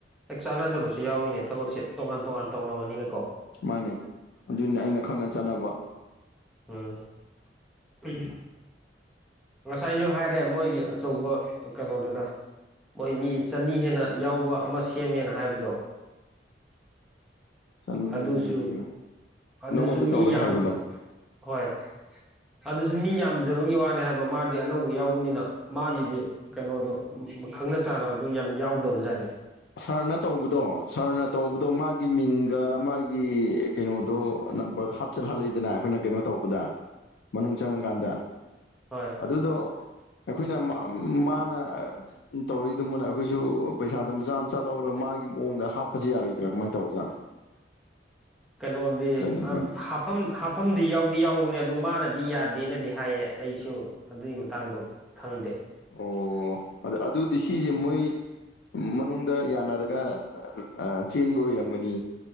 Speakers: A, in the centre; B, on the left (about 65°).
A: ꯍꯦꯛ ꯆꯥꯟꯅꯗꯕꯁꯨ ꯌꯥꯎꯏꯅꯦ ꯊꯕꯛꯁꯦ ꯇꯣꯉꯥꯟ ꯇꯣꯉꯥꯟ ꯇꯧꯅꯕꯅꯤꯅ ꯀꯣ꯫
B: ꯃꯥꯅꯦ ꯑꯗꯨꯅꯤ ꯑꯩꯅ ꯈꯪꯅ ꯆꯥꯟꯅꯕ
A: <unintelligible> ꯉꯁꯥꯏꯁꯨ ꯍꯥꯏꯔꯦ ꯃꯣꯏꯒꯤ ꯑꯆꯧꯕ ꯀꯩꯅꯣꯗꯨꯗ꯫꯫ ꯃꯣꯏ ꯃꯤ ꯆꯅꯤ ꯍꯦꯟꯅ ꯌꯥꯎꯕ ꯑꯃ ꯁꯦꯝꯃꯦꯅ ꯍꯥꯏꯕꯗꯣ꯫
B: ꯆꯅꯤ
A: ꯑꯗꯨꯁꯨ ꯑꯗꯨꯁꯨ
B: ꯅꯉꯣꯟꯗ ꯇꯧꯔꯦ
A: ꯃꯤ ꯌꯥꯝ
B: ꯍꯥꯏꯕꯗꯣ
A: ꯍꯣꯏ ꯑꯗꯨꯁꯨ ꯃꯤ ꯌꯥꯝꯖꯕꯒꯤ ꯋꯥꯅꯤ ꯍꯥꯏꯕ꯫ ꯃꯥꯗꯤ ꯑꯅꯧꯕ ꯌꯥꯎꯕꯅꯤꯅ ꯃꯥꯒꯤꯗꯤ꯫ ꯀꯩꯅꯣꯗꯣ ꯈꯪꯅ ꯆꯥꯟꯅꯕꯗꯨ ꯌꯥꯝ ꯌꯥꯎꯗꯕꯖꯥꯠꯅꯤ꯫
B: ꯁꯥꯔꯅ ꯇꯧꯕꯗꯣ ꯁꯥꯔꯅ ꯇꯧꯕꯗꯣ ꯃꯥꯒꯤ ꯃꯤꯡꯒ ꯃꯥꯒꯤ ꯀꯩꯅꯣꯗꯣ ꯅꯝꯕꯔꯗꯣ ꯍꯥꯞꯆꯜꯍꯜꯂꯤꯗꯅ ꯑꯩꯈꯣꯏꯅ ꯀꯩꯅꯣ ꯇꯧꯕꯗ꯫
A: <inaudible>
B: ꯃꯅꯨꯡ ꯆꯪꯉꯀꯥꯟꯗ
A: ꯍꯣꯏ
B: ꯑꯗꯨꯗꯣ꯫ ꯑꯩꯈꯣꯏꯅ ꯃꯥꯅ ꯇꯧꯔꯤꯗꯨꯃꯅ ꯑꯩꯈꯣꯏꯁꯨ ꯄꯩꯁꯥꯗꯨꯝ ꯃꯆꯥ ꯃꯆꯥ ꯂꯧꯔꯒ ꯃꯥꯒꯤ ꯃꯑꯣꯡꯗ ꯍꯥꯞꯄꯁꯤ ꯌꯥꯔꯣꯏꯗ꯭ꯔꯥ ꯀꯃꯥꯏ ꯇꯧꯕꯖꯥꯠꯣ
A: ꯀꯩꯅꯣꯗꯤ
B: ꯑꯗꯨꯃꯥꯏꯅ
A: ꯍꯥꯐꯝ ꯃꯐꯝꯗꯤ ꯌꯥꯎꯗꯤ ꯌꯥꯎꯕꯅꯦ ꯑꯗꯨ ꯃꯥꯅꯗꯤ ꯌꯥꯗꯦꯅꯗꯤ ꯍꯥꯏꯌꯦ ꯑꯩꯁꯨ ꯑꯗꯨꯒꯤ ꯃꯇꯥꯡꯗꯣ ꯈꯪꯗꯦ
B: ꯑꯣ ꯑꯗꯨ ꯑꯗꯨꯗꯤ ꯁꯤꯁꯦ ꯃꯣꯏ ꯃꯅꯨꯡꯗ ꯌꯥꯅꯔꯒ ꯆꯦꯟꯕ ꯑꯣꯏꯔꯝꯒꯅꯤ